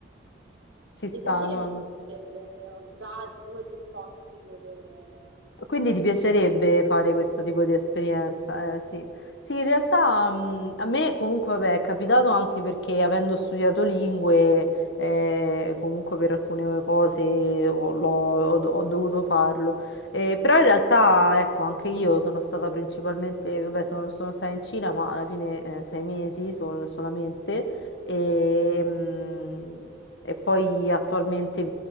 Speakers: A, on the left; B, on the right.
A: ci sta,
B: E devo dire
A: no?
B: mi piacerebbe, e ho già due o tre posti dove...
A: Quindi ti piacerebbe fare questo tipo di esperienza? Eh, sì. Sì, in realtà mh, a me comunque vabbè, è capitato anche perché avendo studiato lingue, eh, comunque per alcune cose ho, l'ho- ho do- ho dovuto farlo. Eh, però in realtà, ecco, anche io sono stata principalmente, vabbè, sono, sono stata in Cina, ma alla fine eh, sei mesi sol- solamente. E, mh, e poi attualmente